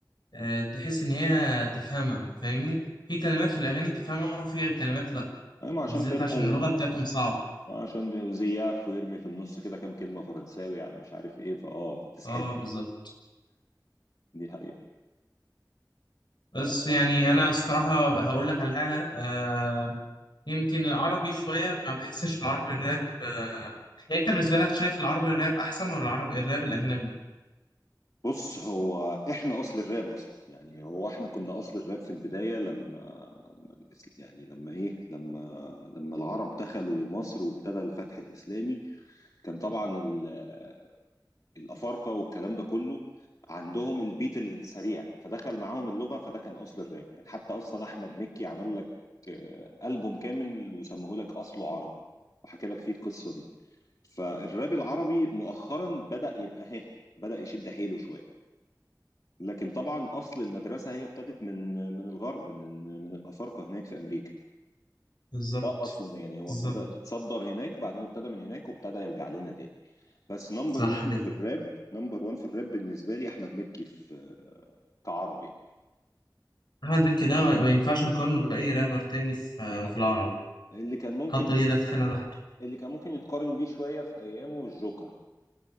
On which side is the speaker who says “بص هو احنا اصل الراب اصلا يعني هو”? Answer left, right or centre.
Left